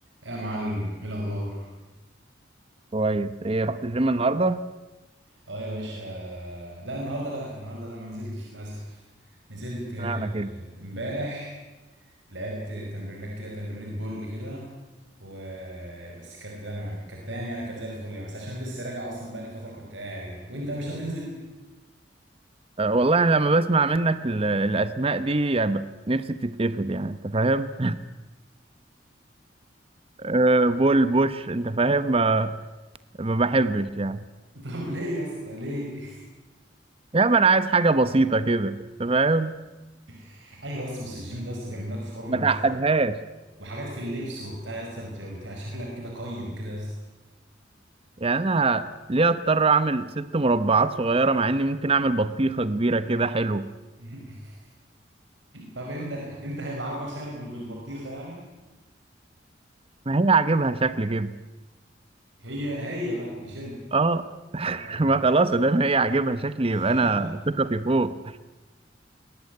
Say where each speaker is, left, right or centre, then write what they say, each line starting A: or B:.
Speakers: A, on the right; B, on the right.
A: يا معلم ايه الاخبار
B: كويس ايه رحت الجيم النهارده
A: اه يا باشا لا النهارده لا النهارده لا ما نزلتش للاسف نزلت آه،
B: اشمعنى كده
A: امبارح لعبت تمرينك كده تمرينة بول كده و بس كانت زي ما- كانت تمام يعني كانت زي الفل يعني بس عشان لسه راجع اصلا بقالي فتره كنت قاعد يعني وانت مش ناوي تنزل
B: أه والله أنا لما بسمع منك ال- الأسماء دي يعني ب- نفسي بتتقفل يعني أنت فاهم؟ أه بول بوش أنت فاهم؟ ما, ما بحبش يعني
A: <laughs> طب ليه يا اسطى ليه
B: يعني أنا عايز حاجة بسيطة كده أنت فاهم؟
A: <laughs> ايوه اصل بس الجيم ده اصلا بيعمل لك فورمه
B: ما تعقدهاش
A: يا اسطى وحاجات في اللبس وبتاع يا اسطى بتبقى بتبقى شكلك كده قيم كده يا اسطى
B: يعني أنا ليه أضطر أعمل ست مربعات صغيرة مع إني ممكن أعمل بطيخة كبيرة كده حلو
A: <laughs> طب انت انت هيبقى عاجبك شكلك بال- بالبطيخه يعني
B: ما هي عاجبها شكل كده
A: هي هي بقى مش انت
B: أه <laughs>
A: اه
B: ما خلاص ده ما هي عاجبها شكل
A: <laughs>
B: يبقى أنا ثقتي فوق